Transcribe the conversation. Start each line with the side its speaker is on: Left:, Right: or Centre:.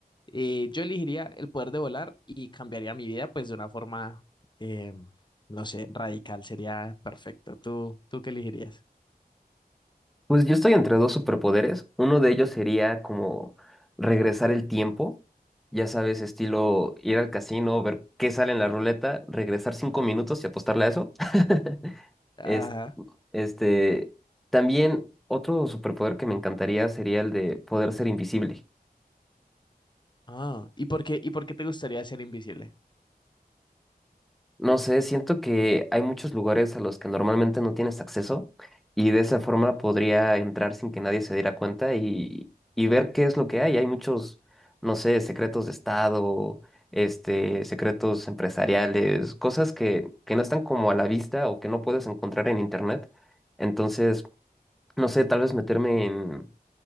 Left: eh, yo elegiría el poder de volar y cambiaría mi vida pues de una forma, eh, no sé, radical. Sería perfecto. ¿Tú, tú qué elegirías?
Centre: Pues yo estoy entre dos superpoderes. Uno de ellos sería como regresar el tiempo. Ya sabes, estilo ir al casino, ver qué sale en la ruleta, regresar cinco minutos y apostarle a eso. <laughs>
Left: Ajá.
Centre: Es- este, también otro superpoder que me encantaría sería el de poder ser invisible.
Left: Ah, ¿y por qué, y por qué te gustaría ser invisible?
Centre: No sé, siento que hay muchos lugares a los que normalmente no tienes acceso y de esa forma podría entrar sin que nadie se diera cuenta y, y ver qué es lo que hay. Hay muchos, no sé, secretos de estado, este, secretos empresariales, cosas que, que no están como a la vista o que no puedes encontrar en internet. Entonces, no sé, tal vez meterme en,